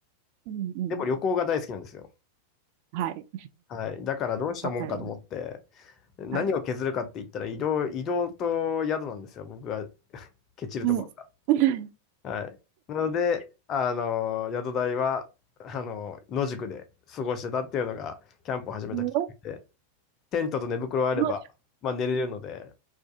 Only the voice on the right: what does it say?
うんうん。
はい。
わかります。
はい。
うん。<laughs>
の
の